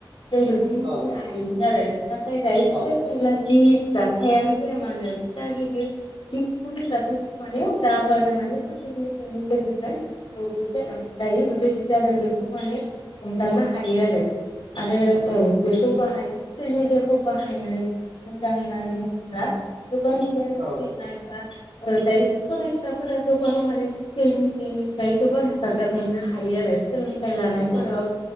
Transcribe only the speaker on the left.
जों बे बेखौ मिथिनो
हायोमोन आरो नाथाय दायो फिसा
फिनला जि जाथायानो जाया मानो होनो फिसा गिदिर जिखुनु जाथाइखौ माने जाबानो माने ससियेल मिडियानि गेजेरजों औ बे दायो बेबायदि जादों बेखौ माने हमदांनो हायो आरो। आरो औ बेखौ बाहाय ससियेल मिडियाखौ बाहायनानै जों मोजां होननानै बुङोब्ला गोबां गियान
बुथुनाय
बा ओ दायो फरायसाफोरा गोबां माने ससियेल मिेडियानिफ्राय गोबां हेफाजाब मोननो हा हायो आरो सोलोंथाइ लानायफोराव